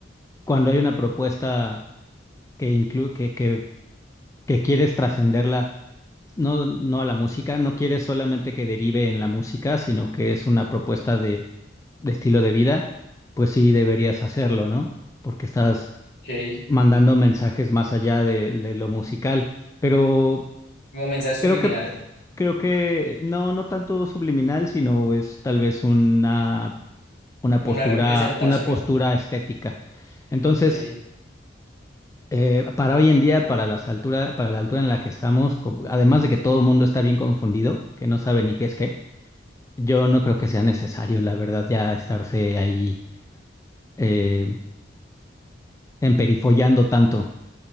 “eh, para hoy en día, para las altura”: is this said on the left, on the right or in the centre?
Left